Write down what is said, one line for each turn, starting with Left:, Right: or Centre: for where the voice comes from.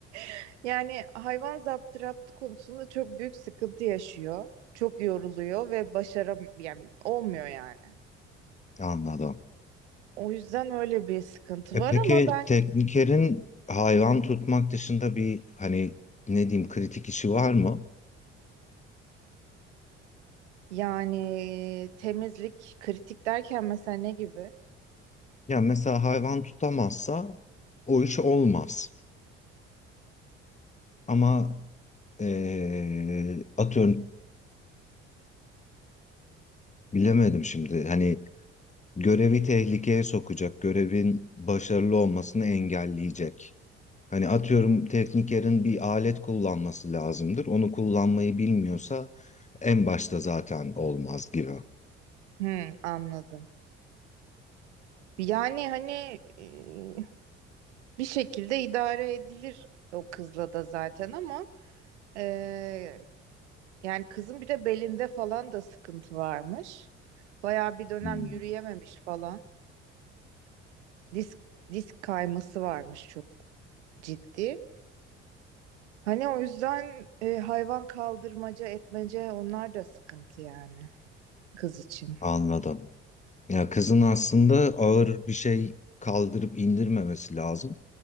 Right: <laughs> yani hayvan zaptı raptı konusunda çok büyük sıkıntı yaşıyor. Çok yoruluyor ve başaram yani olmuyor yani.
Left: anladım.
Right: O yüzden öyle bir sıkıntı
Left: E,
Right: var
Left: peki
Right: ama ben
Left: teknikerin hayvan tutmak dışında bir hani ne diyeyim kritik işi var mı?
Right: Yani temizlik kritik derken mesela ne gibi?
Left: Ya mesela hayvan tutamazsa o iş olmaz. Ama e, atıyorum bilemedim şimdi. Hani görevi tehlikeye sokacak, görevin başarılı olmasını engelleyecek. Hani atıyorum teknikerin bir alet kullanması lazımdır. Onu kullanmayı bilmiyorsa en başta zaten olmaz gibi.
Right: Hmm, anladım. Yani hani e, bir şekilde idare edilir o kızla da zaten ama e, yani kızın bir de belinde falan da sıkıntı varmış. Bayağı bir dönem
Left: Hmm,
Right: yürüyememiş falan. Disk disk kayması varmış çok ciddi. Hani o yüzden e, hayvan kaldırmaca etmece onlar da sıkıntı yani kız için.
Left: anladım. Ya kızın aslında ağır bir şey kaldırıp indirmemesi lazım.